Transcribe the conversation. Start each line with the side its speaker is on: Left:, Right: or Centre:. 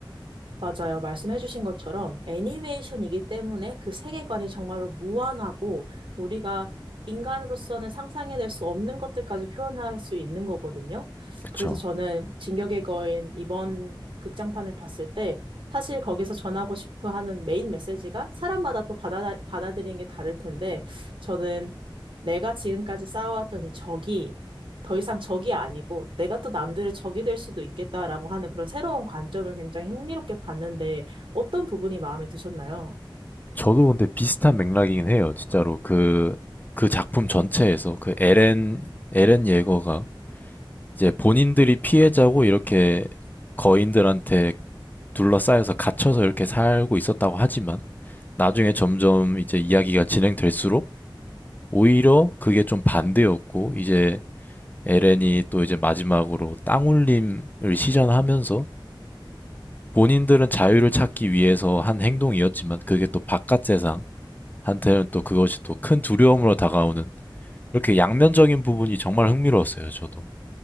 Right: 맞아요. 말씀해주신 것처럼 애니메이션이기 때문에 그 세계관이 정말로 무한하고 우리가 인간으로서는 상상해낼 수 없는 것들까지 표현할 수 있는 거거든요.
Left: 그쵸.
Right: 그래서 저는 진격의 거인 이번 극장판을 봤을 때 사실 거기서 전하고 싶어 하는 메인 메시지가 사람마다 또 받아, 받아들이는 게 다를 텐데 저는 내가 지금까지 쌓아왔던 이 적이 더 이상 적이 아니고 내가 또 남들의 적이 될 수도 있겠다라고 하는 그런 새로운 관점을 굉장히 흥미롭게 봤는데 어떤 부분이 마음에 드셨나요?
Left: 저도 근데 비슷한 맥락이긴 해요. 진짜로 그, 그 작품 전체에서 그 에렌, 에렌 예거가 이제 본인들이 피해자고 이렇게 거인들한테 둘러싸여서 갇혀서 이렇게 살고 있었다고 하지만 나중에 점점 이제 이야기가 진행될수록 오히려 그게 좀 반대였고 이제 에렌이 또 이제 마지막으로 땅울림을 시전하면서 본인들은 자유를 찾기 위해서 한 행동이었지만 그게 또 바깥 세상 한테는 또 그것이 또 큰 두려움으로 다가오는 이렇게 양면적인 부분이 정말 흥미로웠어요, 저도.